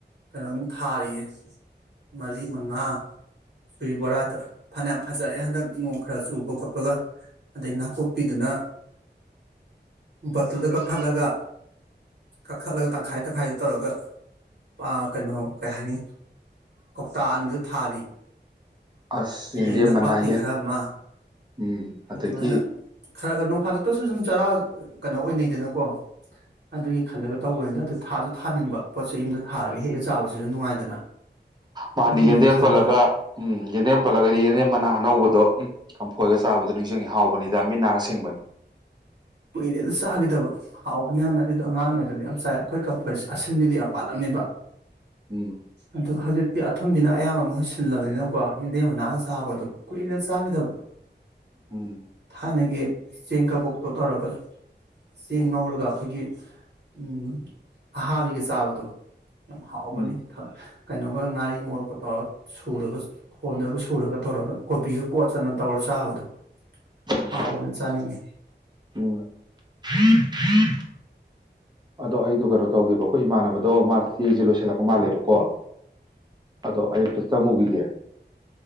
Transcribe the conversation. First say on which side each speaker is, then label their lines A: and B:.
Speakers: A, on the right; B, on the right.
A: ꯀꯩꯅꯣꯃꯨꯛ ꯊꯥꯔꯤꯌꯦ ꯃꯔꯤ ꯃꯉꯥ꯫ ꯈꫭꯏꯒꯤ ꯕꯣꯔꯥꯗ ꯐꯅꯌꯥꯝ ꯐꯖꯔꯛꯑꯦ ꯍꯟꯗꯛ ꯅꯣꯡ ꯈꯔ ꯆꯨꯕ ꯈꯣꯠꯄꯒ꯫ ꯑꯗꯩ ꯅꯥꯀꯨꯞꯄꯤꯗꯨꯅ ꯕꯇꯜꯗ ꯀꯛꯊꯠꯂꯒ ꯀꯛꯈꯠꯂꯒ ꯇꯪꯈꯥꯏ ꯇꯪꯈꯥꯏꯗ ꯇꯧꯔꯒ ꯑꯥ ꯀꯩꯅꯣ ꯀꯩ ꯍꯥꯏꯅꯤ ꯀꯧꯇꯥ ꯑꯅꯤꯗꯨ ꯊꯥꯔꯤ꯫
B: ꯑꯁ
A: ꯑꯗꯒꯤ
B: ꯌꯦꯟꯗꯦꯝ
A: ꯅꯄꯥꯛꯄꯤ
B: ꯃꯅꯥ
A: ꯈꯔ ꯑꯃ
B: ꯎꯝ ꯑꯗꯒꯤ
A: ꯑꯗꯨꯃꯥꯏꯅ ꯈꯔ ꯈꯔ ꯅꫭꯡ ꯐꯥꯗꯣꯛꯇꯁꯨ ꯁꯨꯝ ꯆꯔꯥ ꯀꯩꯅꯣ ꯑꯣꯏꯅꯩꯗꯅꯀꯣ꯫ ꯑꯗꯨꯒꯤ ꯈꯜꯂꯒ ꯇꯧꯕꯅꯤꯗ ꯑꯗꯨ ꯊꯥꯁꯨ ꯊꯥꯅꯤꯡꯕ ꯄꯣꯠꯁꯦ ꯌꯨꯝꯗ ꯊꯥꯔꯒ ꯍꯦꯛꯑ ꯆꯥꯕꯁꯤꯁꯨ ꯅꯨꯡꯉꯥꯏꯗꯅ꯫
B: ꯃꯥꯅꯦ
A: ꯑꯗꯨꯒꯨꯝꯕ
B: ꯌꯦꯟꯗꯦꯝ
A: ꯈꯜꯂꯒ
B: ꯄꯜꯂꯒ ꯌꯦꯟꯗꯦꯝ ꯄꯜꯂꯒꯗꯤ ꯌꯦꯟꯗꯦꯝ ꯃꯅꯥ ꯑꯅꯧꯕꯗꯣ ꯎꯝ꯫ ꯀꯝꯐꯣꯏꯒ ꯆꯥꯕꯗꯨꯣ ꯅꯤꯡꯁꯤꯡꯉꯤ ꯍꯥꯎꯕꯅꯤꯗ ꯃꯤꯠ ꯅꯥꯒ ꯁꯤꯡꯕꯅꯤ꯫
A: ꯀꯨꯏꯔꯦꯗ ꯆꯥꯒꯤꯗꯕ꯫ ꯍꯥꯎꯕꯅꯤ ꯍꯥꯟꯅ ꯑꯗꯨꯗꯣ ꯑꯉꯥꯡꯉꯩꯗꯗꯤ ꯌꯥꯝ ꯆꯥꯏ ꯑꯈꯣꯏ ꯀꯝꯐꫭꯏ ꯑꯁꯤꯟꯕꯤꯗꯤ ꯌꯥꯝ ꯄꯥꯜꯂꯝꯅꯦꯕ꯫
B: ꯎꯝ
A: ꯑꯗꯨ ꯍꯧꯖꯤꯛꯇꯤ ꯑꯊꯨꯝꯕꯤꯅ ꯑꯌꯥꯝꯕ ꯃꯍꯨꯠ ꯁꯤꯜꯂꯕꯅꯤꯅꯀꯣ ꯌꯦꯟꯗꯦꯝ ꯃꯅꯥꯒ ꯆꯥꯕ ꯑꯗꯨ ꯀꯨꯏꯔꯦꯗ ꯆꯥꯈꯤꯗꯕ꯫
B: ꯎꯝ
A: ꯑꯅꯒꯤ ꯆꯦꯡ ꯀꯕꯣꯛꯇꯣ ꯇꯧꯔꯒ ꯆꯦꯡ ꯉꯧꯔꯒ ꯑꯈꯣꯏꯒꯤ ꯎꯝ ꯑꯍꯥꯕꯤꯒ ꯆꯥꯕꯗꯣ ꯌꯥꯝ ꯍꯥꯎꯕꯅꯤ
B: ꯎꯝ
A: ꯊꯥ ꯀꯩꯅꯣꯒ ꯉꯥꯔꯤ ꯃꯣꯔꯣꯛꯀ ꯇꯧꯔꯒ ꯁꯨꯔꯒ ꯍꯣꯟꯗꯒ ꯁꯨꯔꯒ ꯇꯧꯔꯒ ꯀꯣꯕꯤꯒ ꯀꯣꯠꯇꯅ ꯆꯟꯅ ꯇꯧꯔꯒ ꯆꯥꯕꯗꯣ
B: ꯎꯝ
A: ꯍꯥꯎꯕꯅꯦ ꯆꯥꯅꯤꯡꯉꯤ
B: ꯎꯝ <inaudible> ꯑꯗꯣ ꯑꯩꯗꯣ ꯀꯩꯅꯣ ꯇꯧꯒꯦꯕ ꯑꯈꯣꯏ ꯏꯃꯥꯟꯅꯕꯗꯣ ꯃꯥ ꯆꯦꯁꯦ ꯂꯣꯏꯁꯤꯜꯂꯛꯄ ꯃꯥꯜꯂꯦꯕꯀꯣ ꯑꯗꯣ ꯑꯩ ꯑꯝꯇ ꯆꯪꯉꯨꯒꯤꯒꯦ